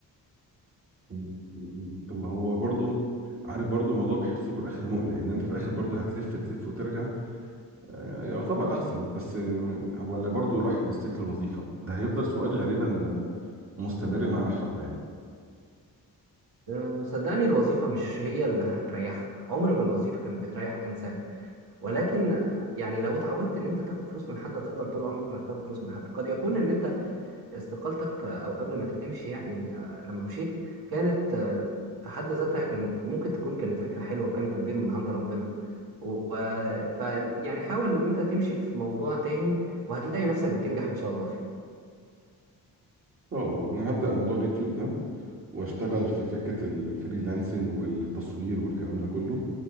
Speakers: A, on the right (about 35°); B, on the right (about 70°).
A: مم. مم. طب ما هو برضو عارف برضو الموضوع بحسه في الاخر مقلق ان انت في الاخر برضو هتلف تلف وترجع آه، يعتبر احسن بس آم، ولا برضو الواحد يستكل الوظيفه ده هيفضل سؤال غالبا آه، مستمر معانا حبه يعني
B: أه، صدقني الوظيفة مش هي اللي هتريحك عمر ما الوظيفة كانت بتريح انسان ولكن يعني لو اتعودت ان انت تاخد فلوس من حد هتفضل طول عمرك تاخد فلوس من حد قد يكون ان انت استقالتك آه، او قبل ما تمشي يعني آه، لما مشيت كانت آه، في حد ذاتها كانت ممكن تكون كانت فكرة حلوة وكان تدبير من عند ربنا و... ف يعني حاول ان انت تمشي في موضوع تاني وهتلاقي نفسك بتنجح ان شاء الله فيه
A: ان شاء الله انا هبدا موضوع اليوتيوب ده واشتغل في فكره الفريلانسنج والتصوير والكلام ده كله